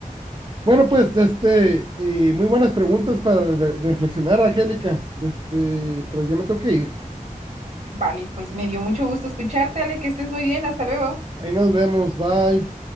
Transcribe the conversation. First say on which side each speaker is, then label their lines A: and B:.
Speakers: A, on the right; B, on the right.
A: Bueno, pues, este, y muy buenas preguntas para re- reflexionar, Angélica. Este, pero ya me tengo que ir.
B: Vale, pues me dio mucho gusto escucharte, Ale, que estés muy bien, hasta luego.
A: Ahí nos vemos, bye.